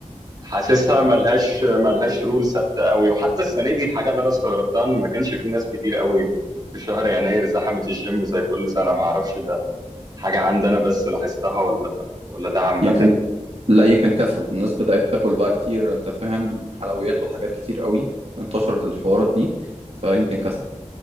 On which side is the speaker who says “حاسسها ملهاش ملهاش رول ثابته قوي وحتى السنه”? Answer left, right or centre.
Right